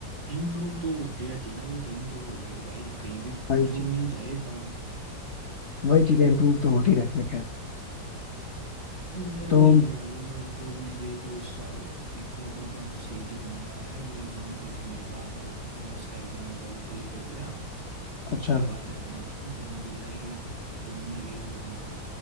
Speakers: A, on the right; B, on the left.
A: इम्प्रूव तो होती रहती है ना वो तो इम्प्रूव हो जाएगी भाई कहीं भी
B: वही
A: जो
B: चीज
A: मिल जाए एक बार बस
B: वही चीजें इम्प्रूव तो होती रहती है खैर
A: मेरा
B: तो
A: भी यही है भाई अब अगर जो मिल गई तो इस साल देखो अब अब आना सीईटी होने वाला है वो एग्जाम क्लियर होने के बाद जो मेंस का एग्जाम होगा वो क्लियर हो गया तो
B: अच्छा
A: उसके बाद अपना जो मिल जाएगी जो मिल गई तो अपना